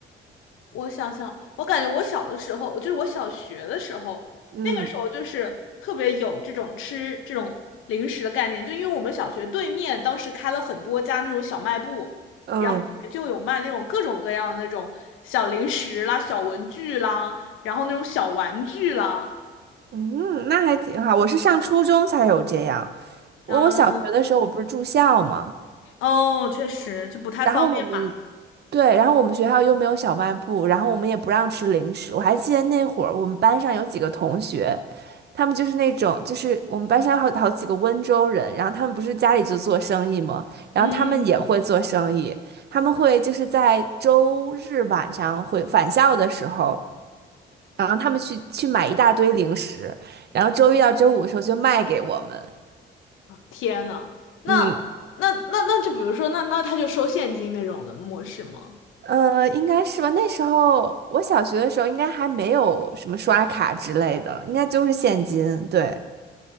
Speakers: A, on the left; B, on the right.
A: 我想想，我感觉我小的时候，就是我小学的时候，
B: 嗯
A: 那个时候就是特别有这种吃这种零食的概念，就因为我们小学对面当时开了很多家那种小卖部，
B: 嗯。
A: 然后里面就有卖那种各种各样的那种小零食啦、小文具啦，然后那种小玩具啦，
B: 嗯，那还挺好。我是上初中才有这样。我我小学的时候我不是住校吗？
A: 嗯。哦，确实就不太方便
B: 然后我们对，然后我们学校又没有小卖部，然后我们也不让吃零食。我还记得那会儿我们班上有几个同学，他们就是那种就是我们班上好好几个温州人，然后他们不是家里就做生意嘛，然后他们也会做生意，
A: 嗯，
B: 他们会就是在周日晚上会返校的时候。然后他们去去买一大堆零食，然后周一到周五的时候就卖给我们。
A: 天呐，那
B: 嗯，
A: 那那那就比如说，那那他就收现金那种的模式吗？
B: 呃，应该是吧。那时候我小学的时候，应该还没有什么刷卡之类的，应该就是现金。对，